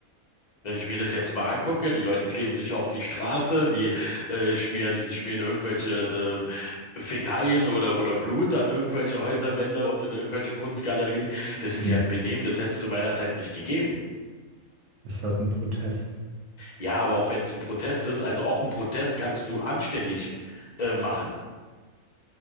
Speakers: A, on the left (about 40°); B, on the right (about 65°).
A: Wenn ich mir das jetzt mal angucke, die Leute kleben sich auf die Straße, die äh, schmieren, schmieren irgendwelche ähm, Fäkalien oder, oder Blut an irgendwelche Häuserwände und in irgendwelche Kunstgalerien. Das ist
B: Hm.
A: ja ein Benehmen, das hätte es zu meiner Zeit nicht gegeben.
B: Ist halt ein Protest.
A: Ja, aber auch wenn es ein Protest ist, also auch ein Protest kannst du anständig äh, machen.